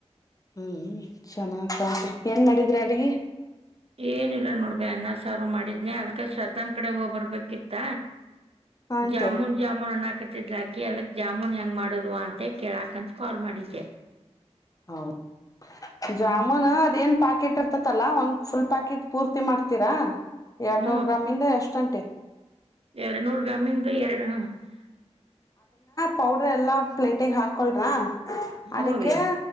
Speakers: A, on the left (about 30°); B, on the right (about 60°).
A: ಹ್ಮ್ ಚೆನ್ನಾಗ್ತ ಏನ್ ಮಾಡಿದ್ರಿ ಅಡಿಗೆ
B: ಏನಿಲ್ಲ ನೋಡ್ಬ ಅನ್ನ ಸಾರು ಮಾಡ. ಜ್ಞ ಅಲ್ಕ ಶ್ರದ್ಧಾನ್ ಕಡೆ ಹೋಗ್ಬರ್ಬೇಕಿತ್ತ
A: ಹಾ ಅಂಟಿ
B: ಜಾಮುನ್ ಜಾಮುನ್ ಅನ <unintelligible> ಕೇ ಅದಕ್ ಜಾಮೂನ್ ಹೆಂಗ್ ಮಾಡ್ ಮದೇ ಕೇಳಾಕ್ಂತ ಕಾಲ್ ಮಾಡಿದ್ದೆ
A: ಹೌದು <unintelligible>
B: ಹ್ಮ್
A: ಜಾಮೂನ್ ಅದೇನ್ ಪಾಕೆಟ್ ಇರ್ತತಲ್ಲಾ ಒಂದ್ ಫುಲ್ ಪ್ಯಾಕೆಟ್ ಪೂರ್ತಿ ಮಾಡ್ತೀರಾ ಎರಡ್ನೂರು
B: ಹ್ಞೂ
A: ಗ್ರಾಮಿಂದ ಎಷ್ಟು ಗಂಟೆ
B: ಎರಡ್ನೂರ್ ಗ್ರಾಮಿಂದು ಎರಡು ಹ <unintelligible>
A: ಪೌಡರ್ ಎಲ್ಲಾ ಪ್ಲೇಟಿಗೆ ಹಾಕಳ್ರಾ
B: ಹ್ಞೂ
A: ಅದಕ್ಕೆ
B: ಅವಿ